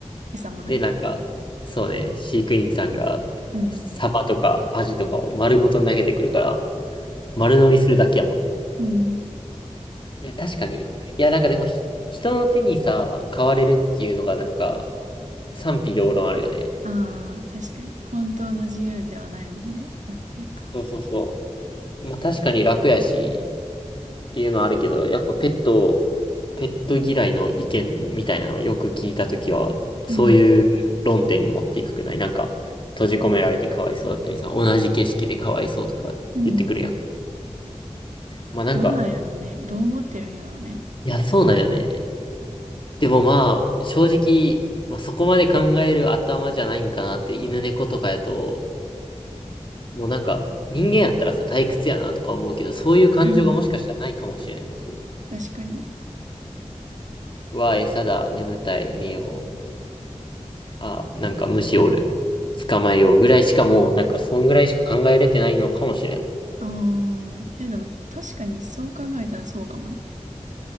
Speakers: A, on the right; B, on the left.
A: 餌もらって。
B: で、なんか、そうね、飼育員さんが、
A: うん。
B: サバとかアジとかを丸ごと投げてくるから、丸飲みするだけやもんね。
A: うん。
B: いや、確かに。いや、なんかでもひ、人の手にさ、買われるっていうのが、なんか、賛否両論あるよね。
A: ああ、確かに。本当の自由ではないもんね。なんていうか。
B: そうそうそう。まあ、確かに楽やし、っていうのはあるけど、やっぱペット、ペット嫌いの意見みたいなのをよく聞いたときは、そういう論点に持っていくくないなんか、
A: うん。
B: 閉じ込められてかわいそうだったりさ、同じ景色でかわいそうとか言ってくるやん。
A: うん。
B: まあなんか、
A: どうなんやろうね。どう思ってるんやろうね。
B: いや、そうなんよね。でもまあ、正直、まあそこまで考える頭じゃないんかなって、犬猫とかやと、もうなんか、人間やったらさ、退屈やなとか思うけど、そういう感情がもしかしたらないかもしれんっていう。
A: うん。<laughs> 確かに。
B: うわ、餌だ、眠たい、寝よう。あ、なんか虫おる。捕まえようぐらいしかもう、なんかそんぐらいしか考えれてないのかもしれん。
A: ああ、いやでも確かにそう考えたらそうかもね。